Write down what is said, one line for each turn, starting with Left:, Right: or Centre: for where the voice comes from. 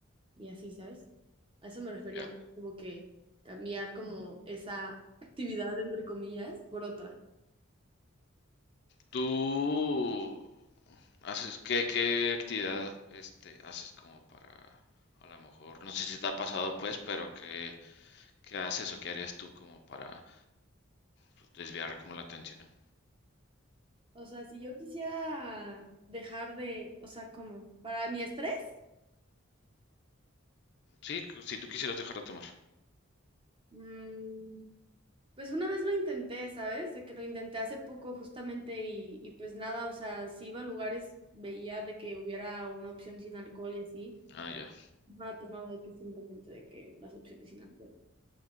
Right: y así, ¿sabes? A eso me refería
Left: Ya.
Right: como que cambiar como esa <laughs> actividad, entre comillas, por otra.
Left: ¿Tú haces qué, qué actividad este haces como para a lo mejor, no sé si te ha pasado pues, pero qué, qué haces o qué harías tú como para pues, desviar como la atención?
Right: O sea, si yo quisiera dejar de, o sea, como para mi estrés,
Left: Sí, si tú quisieras dejar de tomar.
Right: mm, pues una vez lo intenté, ¿sabes? De que lo intenté hace poco justamente y, y pues nada, o sea, si iba a lugares, veía de que hubiera una opción sin alcohol y así.
Left: Ah, ya.
Right: Ajá, tomaba de que simplemente de que las opciones sin alcohol.